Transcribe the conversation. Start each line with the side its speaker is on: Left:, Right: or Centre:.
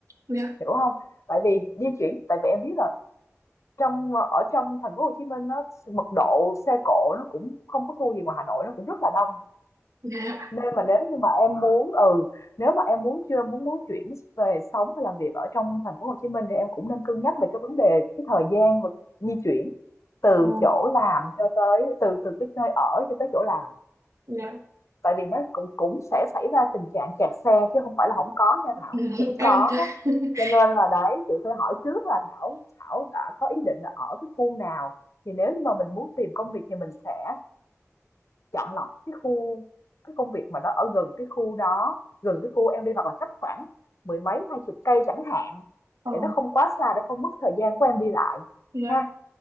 Right: dạ
Left: hiểu không? Tại vì di chuyển, tại vì em biết là trong ở trong thành phố Hồ Chí Minh nó mật độ xe cộ nó cũng không có thua gì ngoài Hà Nội nó cũng rất là đông.
Right: dạ
Left: Nên mà nếu như mà em muốn ừ, nếu mà em muốn chưa muốn muốn chuyển về sống và làm việc ở trong thành phố Hồ Chí Minh thì em cũng nên cân nhắc về cái vấn đề cái thời gian và cái di chuyển từ
Right: Ờ,
Left: chỗ làm cho tới từ từ cái nơi ở cho tới chỗ làm
Right: dạ
Left: Tại vì nó cũng cũng sẽ xảy ra tình trạng kẹt xe chứ không phải là không có nha
Right: <laughs>
Left: Thảo, cũng có
Right: em <laughs>
Left: đó. Cho nên là đấy, chị tôi hỏi trước là Thảo Thảo đã có ý định là ở cái khu nào, thì nếu như mà mình muốn tìm công việc thì mình sẽ chọn lọc cái khu cái công việc mà nó ở gần cái khu đó, gần cái khu em đi, hoặc là cách khoảng mười mấy, hai chục cây chẳng hạn,
Right: Ờ,
Left: để nó không quá xa, để không mất thời gian của em đi lại
Right: dạ.
Left: ha.